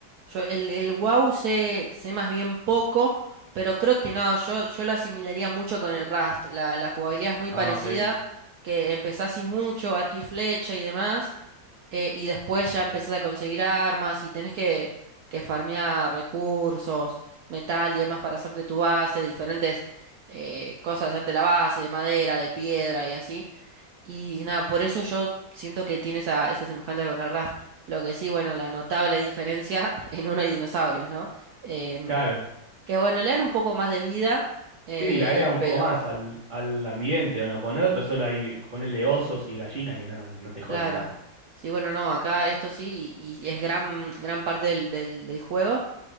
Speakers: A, on the right; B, on the right.
A: yo el, el wow sé, sé más bien poco, pero creo que no, yo, yo lo asimilaría mucho con el Rust. La, la jugabilidad es muy
B: Ah,
A: parecida,
B: ok.
A: que empezás sin mucho, arco y flecha y demás, eh, y después ya empezás a conseguir armas y tenés que, que farmear recursos, metal y demás para hacerte tu base, diferentes eh, cosas, hacerte la base de madera, de piedra y así. Y nada, por eso yo siento que tiene esa, esa semejanza con el Rust. Lo que sí, bueno, la notable diferencia <laughs> en uno hay dinosaurios, ¿no? Em,
B: Claro.
A: que bueno, le dan un poco más de vida, eh,
B: Sí, le agrega un
A: pero
B: poco más al, al ambiente, ¿o no? Poner otro solo ahí, ponerle osos y gallinas que no, no te
A: claro.
B: joden nada.
A: Sí, bueno, no, acá esto sí, y, y es gran, gran parte del, del, del juego.